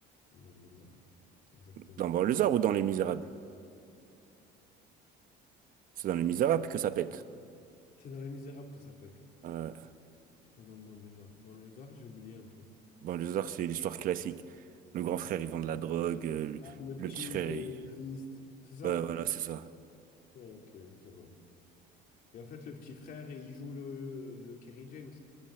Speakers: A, on the left (about 50°); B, on the right (about 50°).
A: Banlieusard, ouais. Exactement.
B: Dans Banlieusard ou dans Les Misérables? C'est dans Les Misérables que ça pète.
A: C'est dans Les Misérables que ça pète, ouais.
B: Euh,
A: C'est pas dans Banlieusard. Banlieusard, j'ai oublié un peu.
B: dans les arts, c'est l'histoire classique. Le grand frère, il vend de la drogue. euh, le,
A: Ah, le
B: le
A: petit,
B: petit frère,
A: il est
B: il...
A: triste. C'est ça?
B: Ouais, voilà, c'est ça.
A: Ouais, ok, c'est bon. Et en fait, le petit frère, il joue le, le Kerry James.